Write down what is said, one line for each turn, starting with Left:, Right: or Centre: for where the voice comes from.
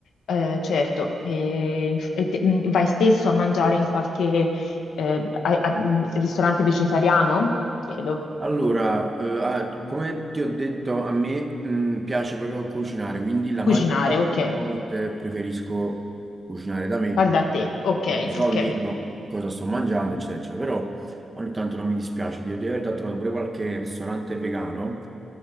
Left: eh, certo. E, inf- e te- mm, vai spesso a mangiare in qualche eh, a- a- mm, ristorante vegetariano? Chiedo.
Right: Allora, eh, ah, come ti ho detto, a me mh, piace proprio cucinare, quindi la maggior
Left: Cucinare,
Right: parte
Left: ok.
Right: delle volte preferisco cucinare da me,
Left: Guarda a te, ok,
Right: perché so
Left: ok.
Right: almeno cosa sto mangiando, eccetera, eccetera. Però ogni tanto non mi dispiace di, di aver trovato pure qualche ristorante vegano,